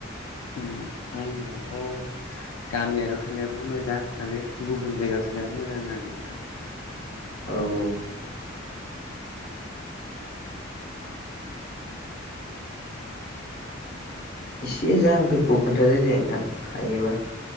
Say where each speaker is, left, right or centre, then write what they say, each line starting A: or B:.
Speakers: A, on the left; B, on the left.
A: उम आंनियाथ' गामियारियाव थानायाबो मोजां आरो गुबुन जायगायाव थानायाबो मोजां आरो नोंथां।
B: औ इसे जाहोनफोरखौ खोन्थादो दे नोंथां हायोबा।